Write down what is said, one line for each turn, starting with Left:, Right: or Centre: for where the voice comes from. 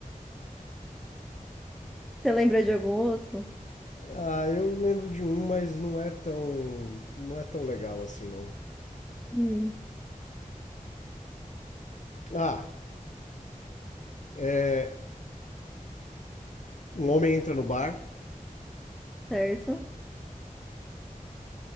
Centre: Você lembra de algum outro?
Left: Ah, eu lembro de um, mas não é tão. Não é tão legal assim, não.
Centre: Hum,
Left: Ah, é. Um homem entra no bar,
Centre: certo.